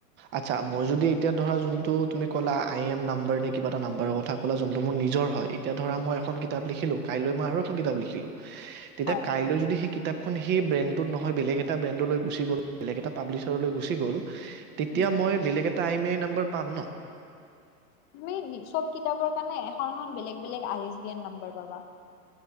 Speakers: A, on the right; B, on the left.
A: আচ্ছা মই যদি এতিয়া ধৰা যোনটো তুমি ক'লা আই এম নাম্বাৰ নে, কিবা এটা নাম্বাৰৰ কথা ক'লা, যোনটো মোৰ নিজৰ হয়। এতিয়া ধৰা মই এখন কিতাপ লিখিলো কাইলৈ মই আৰু এখন কিতাপ লিখি তেতিয়া
B: হয়
A: কাইলৈ যদি সেই কি <unintelligible> ব্ৰেনটোত ন হয় বেলেগ এটা ব্ৰেণ্ডলৈ গুচি গ'ল, বেলেগ এটা পাব্লিছাৰলৈ গুচি গ'ল তেতিয়া
B: উম
A: মই বেল টাইমে নম্বৰ পাম ন'?
B: <unintelligible> চব কিতাপৰ কাৰণে এখন এখন বেলেগ বেলেগ আ এন নম্বাৰ পাবা